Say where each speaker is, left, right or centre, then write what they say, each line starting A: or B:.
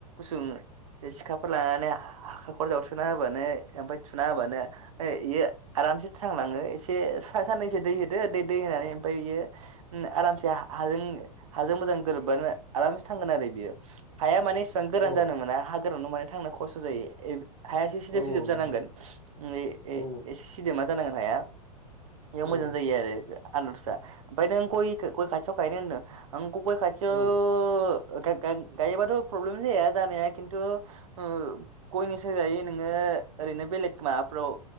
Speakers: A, on the right (about 55°); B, on the right (about 75°).
A: सोङो सिखाफोर लानानै हाखा खर जावथुना होबानो ओमफफ्राय थुना होबानो बेयो आरामसे थांनाङो एसे सा साननैसो दै होदो दै होनानै ओमफ्राय बियो आरामसे हाजों हाजों मोजां गोरोबबानो आरामसे थांगोन आरो बियो। हाया माने माने एसेबां‌ गोरान
B: अ
A: जानो मोना हा गोरानाव माने थांनो खस्थ जायों। हाया इसे सिदोब-सिदोब
B: औ औ नोंथां
A: जानांगोन। ए-ए
B: औ
A: एसे सिदोमा जानांगोन हाया बेयाव मोजां
B: औ
A: जायो आरो आनारसा। ओमफ्राय नों गय गय खाथियाव गायनो होनदों आं गय खाथियाव
B: औ
A: गा-गा-गायोबाथ' प्रब्लेम जाया जानाया खिन्थु ओ गयनिसो जायै नोङो ओ-ओरैनो बेलेक माबाफ्राव